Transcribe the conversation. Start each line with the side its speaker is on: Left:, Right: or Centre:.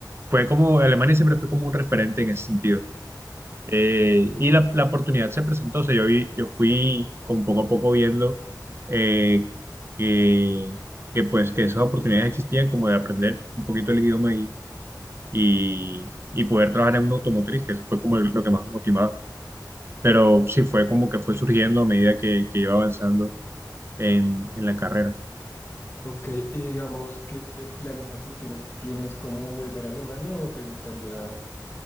Right: fue como, Alemania siempre fue como un referente en ese sentido. Eh, y la, la oportunidad se presentó, o sea, yo vi, yo fui como poco a poco viendo eh, que, que pues que esas oportunidades existían como de aprender un poquito el idioma y, y, y poder trabajar en una automotriz, que eso fue como el- lo que más me motivaba. Pero sí fue como que fue surgiendo a medida que, que iba avanzando en, en la carrera.
Left: Ok, y digamos, ¿qué planes a futuros tienes? ¿Cómo volver a Alemania o te gustaría